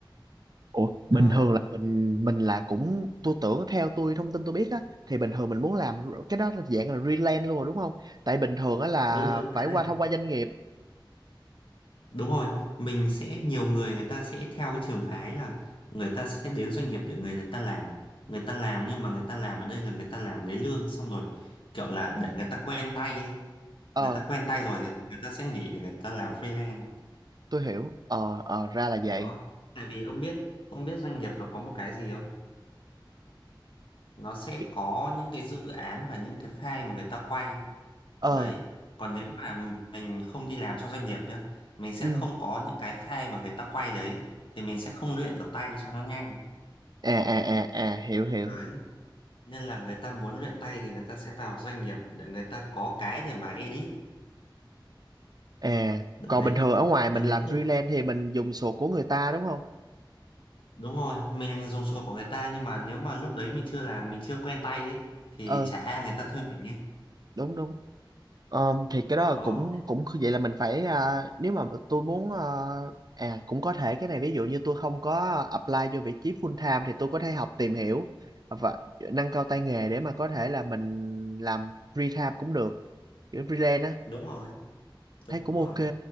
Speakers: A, on the right; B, on the left.
A: ủa
B: đấy
A: bình thường là mình mình là cũng tôi tưởng theo tôi thông tin tôi biết á thì bình thường mình muốn làm r- cái đó là dạng là freelance luôn rồi đúng không tại bình thường á là
B: đúng rồi cái
A: phải qua
B: này
A: thông qua doanh nghiệp
B: Đúng rồi, mình sẽ nhiều người người ta sẽ theo cái trường phái là người ta sẽ đến doanh nghiệp để người ta làm. Người ta làm nhưng mà người ta làm ở đây là người ta làm lấy lương xong rồi kiểu là để người ta quen tay ấy.
A: ờ
B: Người ta quen tay rồi thì người ta sẽ nghỉ để người ta làm freelance.
A: tôi hiểu ờ ờ ra là vậy
B: Đó. Tại vì ông biết, ông biết doanh nghiệp nó có một cái gì không? Nó sẽ
A: Ki-
B: có những cái dự án và những cái file mà người ta quay.
A: ờ
B: Đấy. Còn nếu mà mình không đi làm cho doanh nghiệp nhá, mình sẽ
A: ừ
B: không có những cái file mà người ta quay đấy thì mình sẽ không luyện được tay cho nó nhanh
A: à à à à hiểu hiểu
B: đấy nên là người ta muốn luyện tay thì người ta sẽ vào doanh nghiệp để người ta có cái để mà edit
A: à
B: đấy
A: còn bình thường ở ngoài mình
B: còn
A: làm
B: nếu không
A: freelance thì mình dùng sổ của người ta đúng không
B: đúng rồi mình dùng sổ của người ta nhưng mà nếu mà lúc đấy mình chưa làm mình chưa quen tay ấy thì
A: ừ
B: chả ai người ta thuê mình ấy
A: đúng đúng Ờm, thì cái đó
B: đó
A: là cũng cũng vậy là mình phải à, nếu mà tôi muốn à à, cũng có thể cái này ví dụ như tôi không có apply vô vị trí full time thì tôi có thể học tìm hiểu và nâng cao tay nghề để mà có thể là mình làm free time cũng được kiểu freelance á
B: đúng rồi
A: thấy
B: đúng
A: cũng
B: rồi
A: ok